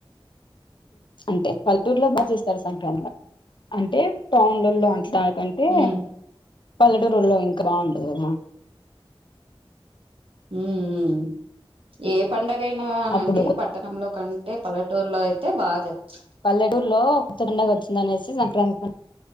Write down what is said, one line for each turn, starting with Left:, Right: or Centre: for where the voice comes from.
Left: అంటే పల్లెటూరులో బాగా చేస్తారు సంక్రాంతి అంటే టౌన్ల లో అట్లా కంటే
Right: ఉమ్
Left: పల్లెటూర్లలో ఇంకా బాగుంటది కదా
Right: ఊ ఉ ఏ పండగ అయినానండి
Left: అప్పుడు
Right: పట్టణంలో కంటే పల్లెటూర్లో అయితే బాగా జప్ ప్చ్
Left: పల్లెటూర్లో కొత్తపండగ వచ్చిందనేసి సంక్రాంతి పం